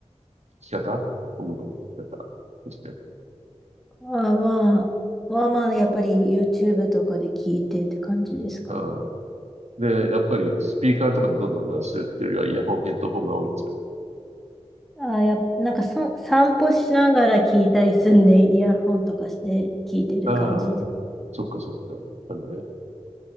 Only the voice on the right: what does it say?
き方音楽の聞き方。そして。
ああ、で、やっぱりスピーカーとかにどんどん鳴らすっていうよりはイヤホン、ヘッドホンが多いんですよね。
ああ、そっかそっか。やっぱりね、